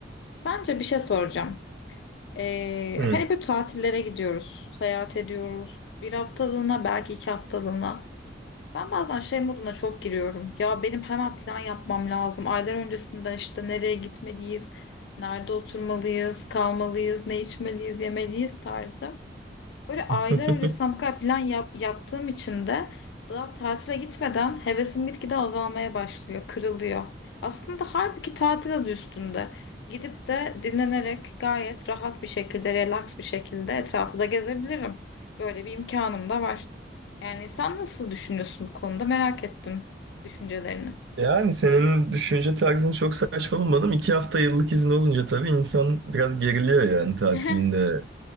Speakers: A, on the left (about 75°); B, on the right (about 80°).
A: Sence bir şey soracağım. Ee,
B: Hı.
A: hani bu tatillere gidiyoruz, seyahat ediyoruz. Bir haftalığına, belki iki haftalığına. Ben bazen şey moduna çok giriyorum. Ya benim hemen plan yapmam lazım. Aylar öncesinden işte nereye gitmeliyiz, nerede oturmalıyız, kalmalıyız, ne içmeliyiz, yemeliyiz tarzı. Böyle aylar
B: <laughs>
A: öncesinden bu kadar plan yap- yaptığım için de daha tatile gitmeden hevesim gitgide azalmaya başlıyor, kırılıyor. Aslında halbuki tatil adı üstünde. Gidip de dinlenerek gayet rahat bir şekilde, relax bir şekilde etrafı da gezebilirim. Böyle bir imkanım da var. Yani sen nasıl düşünüyorsun bu konuda? Merak ettim düşüncelerini.
B: Yani senin düşünce tarzını çok saçma bulmadım. İki hafta yıllık izin olunca tabii insan biraz geriliyor yani tatilinde
A: <laughs>